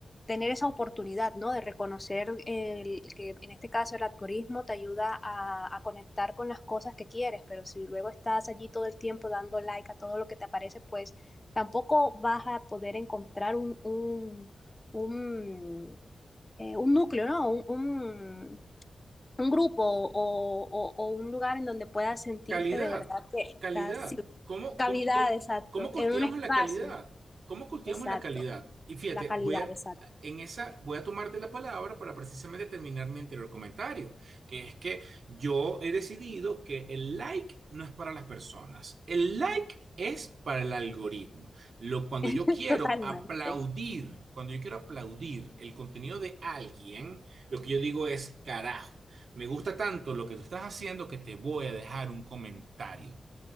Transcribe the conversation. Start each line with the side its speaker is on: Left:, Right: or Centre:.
Left: tener esa oportunidad, ¿no? De reconocer el, el que en este caso el algoritmo te ayuda a, a, conectar con las cosas que quieres, pero si luego estás allí todo el tiempo dando like a todo lo que te aparece, pues tampoco vas a poder encontrar un, un, un, eh, un núcleo, ¿no? Un, un, un grupo o, o, o un lugar en donde puedas sentirte
Right: Calidad,
Left: de verdad que estás,
Right: calidad.
Left: sí,
Right: ¿Cómo,
Left: cavidad,
Right: cómo, cómo,
Left: exacto,
Right: cómo cultivamos
Left: en un espacio,
Right: la calidad? ¿Cómo cultivamos
Left: exacto.
Right: la calidad? Y fíjate,
Left: La calidad,
Right: voy a,
Left: exacto.
Right: en esa, voy a tomarte la palabra para precisamente terminar mi anterior comentario, que es que yo he decidido que el like no es para las personas. El like es para el algoritmo. Lo, cuando yo
Left: <laughs>
Right: quiero
Left: Totalmente.
Right: aplaudir, cuando yo quiero aplaudir el contenido de alguien, lo que yo digo es carajo. Me gusta tanto lo que tú estás haciendo que te voy a dejar un comentario.